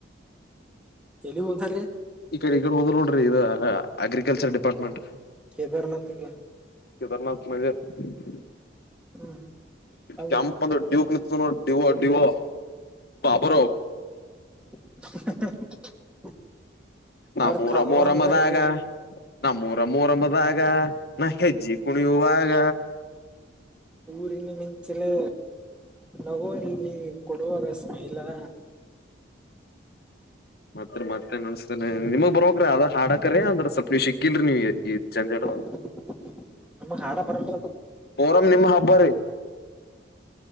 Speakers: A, in the centre; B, on the left (about 55°).
A: ಎಲ್ಲಿ ಹೋದ್ರೀ
B: ಈ ಕಡೆ ಈಡೆ ಹೋ ನೋಡ್ರಿ ಇದು ಅಗ್ರಿಕಲ್ಚರ್ ಡಿಪಾರ್ಟ್ಮೆಂಟ್
A: ಕೇದಾರನಾಥಗೆ
B: ಕದಾರ್ನಾಥ ನರ್
A: ಹ್ಮ್ ಅದು
B: ಕೆಂಪ ಡ ಕ ನೋ ದವೋ ದಡಿವ ಬಾಪರ
A: <inaudible>
B: ನಾೂರ
A: ಅವ್ರ ಕರ್ರದರಿ
B: ಮೂೂರಮ್ಮದ ಆಗ ನಮ್ಮ್ ಊರ ರಮ್ಮದಾಗ ನಾ ಹೆಜ್ಜಿ ಕುಣಿಯುವಾಗ
A: ಊರಿನ ಮಿಂಚೆಲೆ ನಗೋ ಇಲ್ಲಿ ನೀ ಕೊಡುವಾಗ ಸ್ಮೈಲ್ <inaudible>
B: ಮತ್ತತ್ ಮತ್ತೇನ್ ನೋಸಸ್ತೇನೆ ನಿಮಗ್ ಬರ್ಬ್ರೀ ಅದ ಹಾಕ್ರೀ ಅಂದ್ರೆ ಸ್ವಲ್ಪ ನೀ ಸಿಕ್ಕಿಲ್ರಿ ನೀ ಈ ಜಂಜಾಟ
A: <inaudible> ನಮಗ್ ಹಾಡ ಬರಲ್
B: ಮೊರಂ ನಿಮ್ ಹಬ್ಬ ರೀ